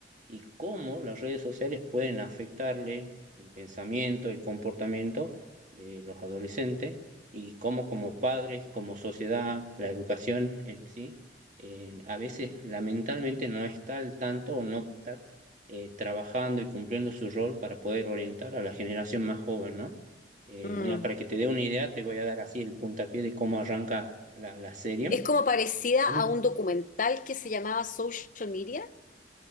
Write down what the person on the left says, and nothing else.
Mm.
Es como parecida
a un documental que se llamaba Social Media,